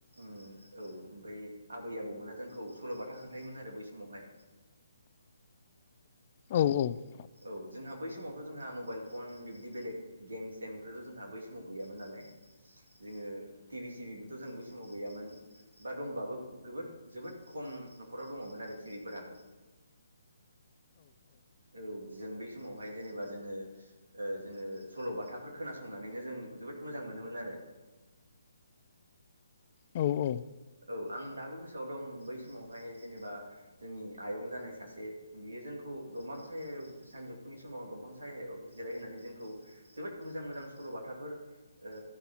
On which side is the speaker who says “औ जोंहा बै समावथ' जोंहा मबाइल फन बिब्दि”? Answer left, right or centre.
Right